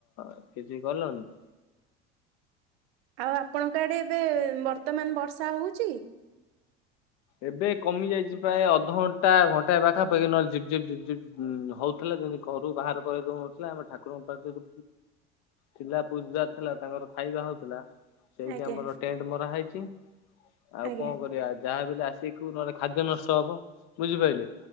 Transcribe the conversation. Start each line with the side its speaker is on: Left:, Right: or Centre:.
Left: କିଛି କଲଣି?
Right: ଆଉ ଆପଣଙ୍କ ଆଡ଼େ ଏବେ ବର୍ତ୍ତମାନ ବର୍ଷା ହଉଚି?
Left: ଏବେ କମି ଯାଇଛି ପ୍ରାୟ ଅଧଘଣ୍ଟା ଘଣ୍ଟାଏ ପାଖାପାଖି ନହେଲେ ଝିପ୍ ଝିପ୍ ହଉ ଥିଲା, ଯେମିତି ଘରୁ ବାହାର କରିଦଉନଥିଲା ଆମେ ଠାକୁରଙ୍କ ପାଖରେ ଥିଲା ପୂଜା ଥିଲା ତାଙ୍କର ଖାଇବା ହଉଥିଲା। ସେଇଠି
Right: ଆଜ୍ଞା
Left: ଆମର ଟେଣ୍ଟ ମରା ହେଇଚି। ଆଉ
Right: ଆଜ୍ଞା
Left: କଣ କରିବା ଯାହା ବି ହେଲେ ସେଇଠୁ ନହେଲେ ଖାଦ୍ୟ ନଷ୍ଟ ହବ, ବୁଝିପାରିଲେ?